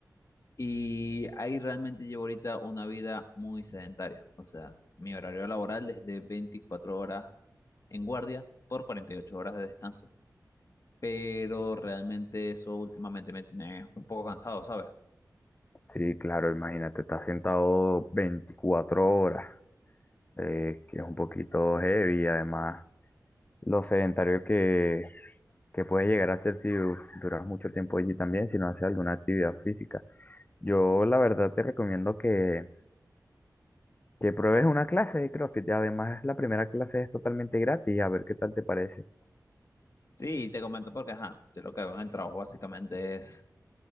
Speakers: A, on the left; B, on the left.
A: Y ahí realmente llevo ahorita una vida muy sedentaria. O sea, mi horario laboral es de 24 horas en guardia por 48 horas de descanso. pero realmente eso últimamente me tiene un poco cansado, ¿sabes?
B: Sí, claro, imagínate, estás sentado 24 horas, eh, que es un poquito heavy, además lo sedentario que, que puedes llegar a ser si du- duras mucho tiempo allí también, si no haces alguna actividad física. Yo la verdad te recomiendo que Que pruebes una clase de CrossFit. y Además, la primera clase es totalmente gratis. A ver qué tal te parece.
A: Sí, te comento porque, ajá, yo lo que hago en el trabajo básicamente es